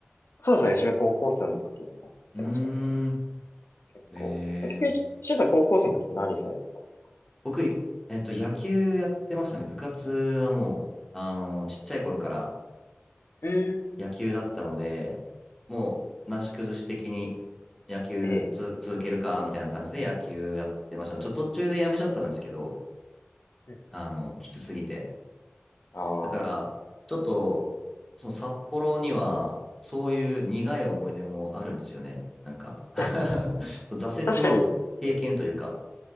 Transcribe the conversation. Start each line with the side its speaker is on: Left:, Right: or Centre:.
Left: そうですね。自分高校生の時にやってましたね。
Centre: うーん、
Left: 結構。
Centre: えー、
Left: え結局、しゅんさん高校生の時って何されてたんですか
Centre: 僕、えっと、野球やってましたね。部活はもう、あの、ちっちゃい頃から
Left: うーん
Centre: 野球だったので、もう、なし崩し的に野球つ続けるか、
Left: ええ。
Centre: みたいな感じで野球やってました。ちょっと途中でやめちゃったんですけど、
Left: うんうんうんうん
Centre: あの、きつすぎて。
Left: あ
Centre: だから、ちょっと、その札幌には、そういう苦い思い出もあるんですよね。なんか <laughs>
Left: あ。<laughs>
Centre: そう挫折の経験というか、
Left: 確かに、ええ、